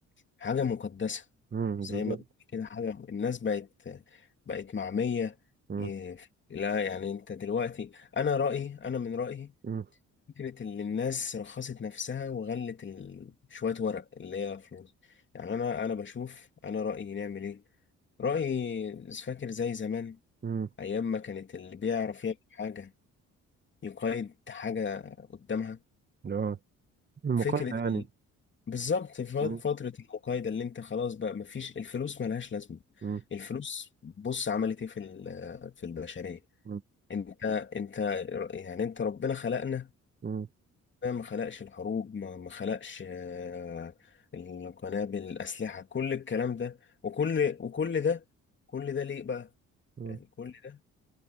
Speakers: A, on the left (about 40°); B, on the right (about 35°).
A: حاجة مقدسة
B: مم،
A: زي
B: بالظبط
A: ما بيقولوا كده حاجة الناس بقت بقت معمية
B: مم،
A: إيه، لا يعني انت دلوقتي انا رأيي انا من رأيي
B: مم،
A: فكرة ان الناس رخصت نفسها وغلت ال- شوية ورق اللي هي فلوس يعني انا انا بشوف انا رأيي نعمل ايه رأيي فاكر زي زمان
B: مم.
A: ايام ما كانت اللي بيعرف يعمل حاجة يقيد حاجة قدامها
B: اللي هو المقايضة
A: فكرة
B: يعني
A: بالظبط في
B: مم،
A: فترة مم. العقايدة اللي انت خلاص بقى مفيش الفلوس ملهاش لازمة
B: مم،
A: الفلوس بص عملت ايه في ال- في البشرية
B: مم،
A: انت انت يعني انت ربنا خلقنا
B: مم،
A: ربنا ما خلقش الحروب ما ما خلقش آه، القنابل الأسلحة كل الكلام ده وكل وكل ده كل ده ليه بقى
B: مم.
A: يعني كل ده